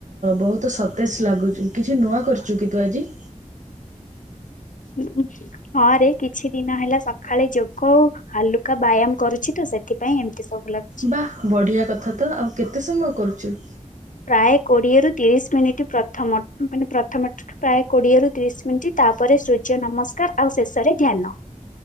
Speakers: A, on the right; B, on the left.
A: ବହୁତ ସତେଜ ଲାଗୁଛୁ କିଛି ନୂଆ କରିଛୁ କି ତୁ ଆଜି
B: ହୁଁ ହଁରେ କିଛି ଦିନ ହେଲା ସଖାଳେ ଯୋଗ ଆଉ ହାଲୁକା ବ୍ୟାୟାମ କରୁଛି ତ ସେଥିପାଇଁ ଏମିତି ସବୁ ଲାଗୁଛି।
A: ବା ବଢିଆ କଥା ତ ଆଉ କେତେ କେତେ ସମୟ କରୁଛୁ?
B: ପ୍ରାୟ କୋଡିଏରୁ ତିରିଶ ମିନିଟ ମାନେ ପ୍ରଥମ ପ୍ରାୟ କୋଡିଏରୁ ତିରିଶ ମିନିଟ୍ ତାପରେ ସୂର୍ଯ୍ୟ ନମସ୍କାର ଆଉ ଶେଷରେ ଧ୍ୟାନ।